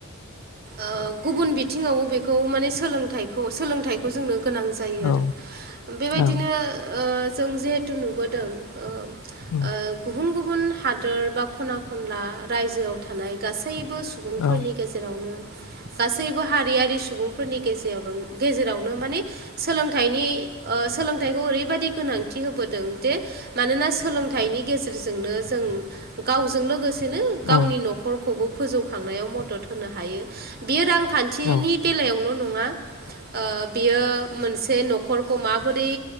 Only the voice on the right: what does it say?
ओ गुबुन बिथिङावबो बेखौ माने सोलोंथाइखौ सोलोंथाइखौ जोंनो गोनां जा जायो
आरो बेबायदिनो
ओ जों जेहेथु नुबोदों ओ
ओ गुबुन गुबुन हादोर बा खना खनला रायजोआव थानाय गासैबो सु सुबुंफोरनि
गेजेरावनो गासैबो हारियारि सुबुंफोरनि गेजेर गेजेरावनो माने सोलोंथाइनि ओ सोलोंथाइखौ ओरैबायदि गोनांथि होबोदों जे मानोना सोलोंथाइनि गेजेरजोंनो जों गावजों लोगोसेनो गावनि
न' खरखौबो फोजौखांनायाव मदद होनो हायो बेयो रां खान्थिनि
बेलायावल' नङा ओ बियो मोनसे न'खरखौ माबोरै